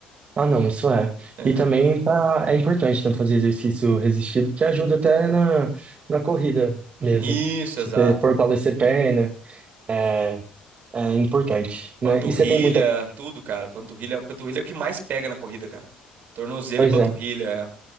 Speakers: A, on the right (about 40°); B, on the right (about 60°).
A: Ah, não, isso é.
B: É.
A: E também tá, é importante né, fazer exercício resistido, que ajuda até na, na corrida mesmo.
B: Isso,
A: Se
B: exato.
A: você fortalecer perna, é, é importante,
B: Panturrilha,
A: né? E você tem muita.
B: tudo, cara. Panturrilha, panturrilha é o que mais pega na corrida, cara. Tornozelo
A: Pois
B: e panturrilha,
A: é.
B: é.